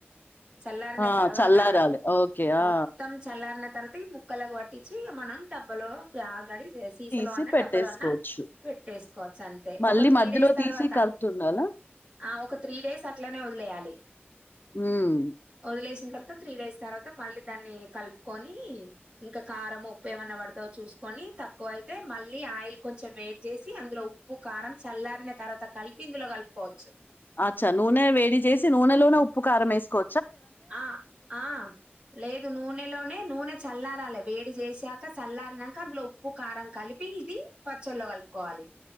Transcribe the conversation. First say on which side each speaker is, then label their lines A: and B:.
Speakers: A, on the right; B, on the left.
A: చల్లారిన
B: ఆ!
A: తర్వాత
B: చల్లారాలి. ఓకే. ఆ!
A: మొత్తం చల్లారిన తర్వాత ఈ ముక్కలకుగా పట్టించి మనం డబ్బలో ఆల్రెడీ సీసలో
B: తీసి
A: అన్నా
B: పెట్టేసుకోవచ్చు.
A: డబ్బలన్నా పెట్టేసుకోవచ్చు అన్ తే
B: మళ్ళీ
A: ఒక త్రి
B: మధ్యలో
A: డేస్ తర్వాత
B: తీసి కలుపుతుండాలా?
A: ఆ ఒక త్రి డేస్ అట్లనే వదిలేయాలి
B: హ్మ్.
A: ఒ లేసిన తర్వాత త్రీ డేస్ తర్వాత మళ్ళీ దాన్ని కలుపుకొని ఇంకా కారం ఉప్పు ఏమన్నా పడత చూసుకని తక్కువ అయితే మళ్ళ ఆయిల్ కొంచెం వెడ్ చేసి అందులో ఉ ఉప్పు కారం చల్లారిన తర్వాత కలిపి ఇందులో కలుపుకోవచ్చు
B: అచ్చా నూనె వేడి చేసి నూనెలోనే ఉప్పు కారం వేసుకో
A: ఆ ఆ లేదు నూనెలోనే నూనె చల్ల రాలే వేడి చేసాక చల్లారినక అందులో ఉప్పు కారం కలిపి ఇది పచ్చల్లో కలుపుకోవాలి